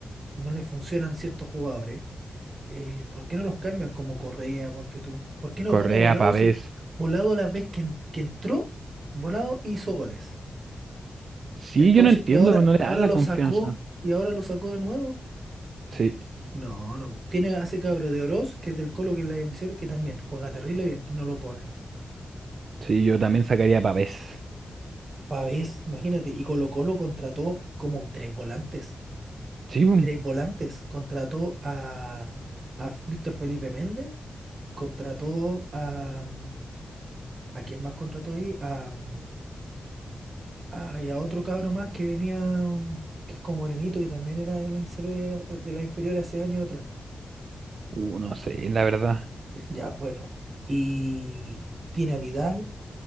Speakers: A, on the right (about 50°); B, on the right (about 70°).
A: no le funcionan ciertos jugadores eh, ¿por qué no los cambian como Correa, ponte tú? ¿Por qué no
B: Correa,
A: pone a Volado
B: Pavés.
A: si Volado la vez que, en- que entró, Volado hizo goles?
B: Sí,
A: Entonces,
B: yo no entiendo,
A: y ahora,
B: no le
A: y
B: dan
A: ahora
B: la
A: lo
B: confianza.
A: sacó, y ahora lo sacó de nuevo.
B: Sí,
A: No, no. Tiene a ese cabro de Oroz, que es del Colo, que es la MCR, que también juega terrible bien, y no lo ponen.
B: sí, yo también sacaría a Pavés.
A: Pavés, imagínate, y Colo Colo contrató como tres volantes.
B: Sí, bu.
A: Tres volantes. Contrató a, a Víctor Felipe Méndez, contrató a... mm, ¿A quién más contrató ahí? A, mm, Ah, y a otro cabro más que venía, mm, que es como morenito, que también era de la inferior, ah, de la inferior hace años atrás.
B: Uh, no sé, la verdad.
A: Ya, bueno. Y tiene a Vidal,